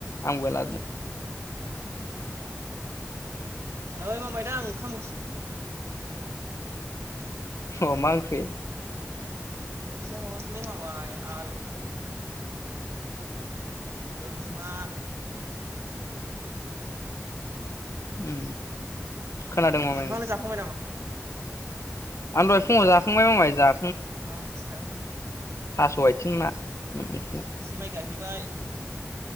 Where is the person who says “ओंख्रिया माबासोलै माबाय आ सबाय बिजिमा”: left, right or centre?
Right